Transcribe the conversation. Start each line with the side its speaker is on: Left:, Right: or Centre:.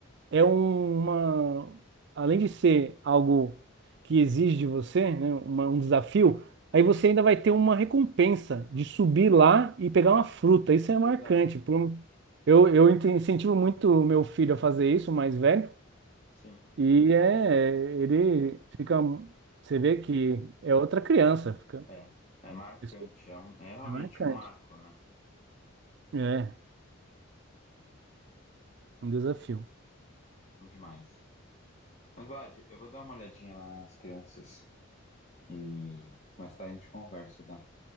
Right: é um- uma, além de ser algo que exige de você, né, uma- um desafio, aí você ainda vai ter uma recompensa de subir lá e pegar uma fruta. Isso é marcante.
Left: verdade.
Right: por um- Eu, eu ent- incentivo muito o meu filho a fazer isso, o mais velho,
Left: Sim,
Right: e é, ele fica, você vê que é outra criança, fica,
Left: é. É marcante,
Right: isso
Left: é, um, é realmente
Right: é marcante.
Left: um marco, né?
Right: É, um desafio.
Left: Bom Demais. Mas, Vlad, eu vou dar uma olhadinha lá nas crianças e mais tarde a gente conversa, tá?